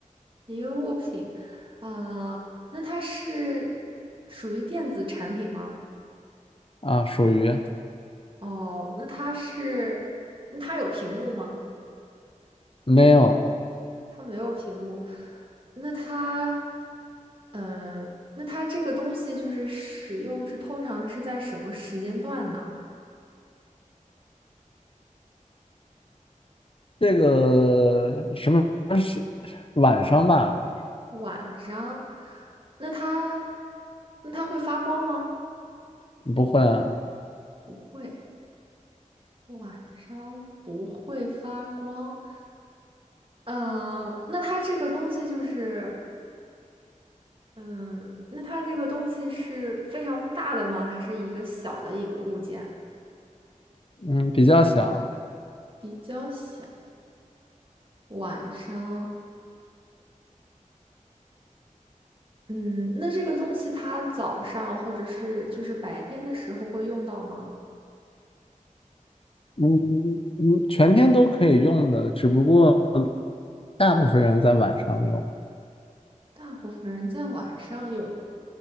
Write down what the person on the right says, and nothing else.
一个物品，啊、那它是属于电子产品吗？
哦，那它是，那它有屏幕吗？
它没有屏幕，那它，嗯、那它这个东西就是使用是通常是在什么时间段呢？
晚上？那它，那它会发光吗？
不会，晚上不会发光。嗯、那它这个东西就是。嗯，那它这个东西是非常大的吗？还是一个小的一个物件？
比较小。晚上，嗯，那这个东西它早上或者是就是白天的时候会用到吗？
大部分人在晚上用。